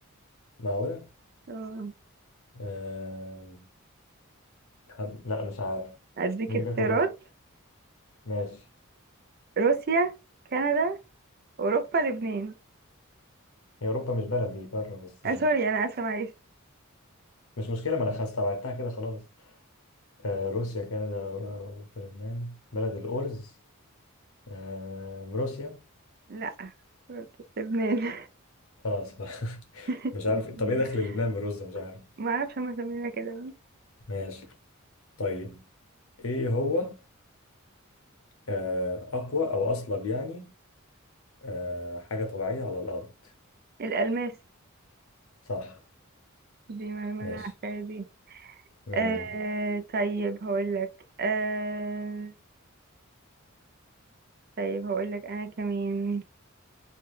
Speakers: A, on the left; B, on the right.
A: معقولة؟
B: آه.
A: آه... حد... لا مش عارف
B: اديك
A: مين
B: اختيارات
A: بياكل رز ماشي
B: روسيا كندا اوروبا لبنان
A: هي أوروبا مش بلد دي قارة بس
B: آه
A: آه،
B: سوري انا اسفة معلش
A: مش مشكلة ما أنا خلاص استبعدتها كده خلاص آه، روسيا كندا أوروبا لبنان بلد الأرز آه، روسيا
B: لا برضو لبنان
A: خلاص <laughs>
B: <laughs>
A: مش عارف طب إيه دخل لبنان بالرز مش عارف
B: ما اعرفش هما مسمينها كده ليه.
A: ماشي طيب إيه هو آه، أقوى أو أصلب يعني آه، حاجة طبيعية على الأرض
B: الألماس
A: صح
B: دي معلومة
A: ماشي
B: انا عارفاها دي
A: مم.
B: آه طيب هقولك آه طيب هقولك أنا كمان